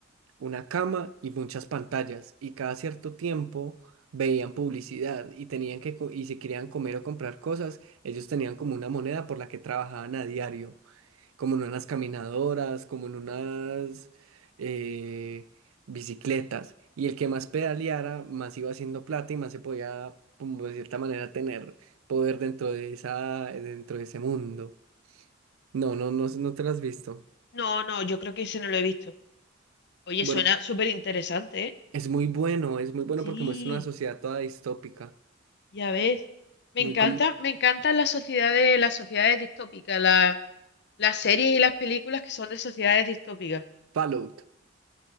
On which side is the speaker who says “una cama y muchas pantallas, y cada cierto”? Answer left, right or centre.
Right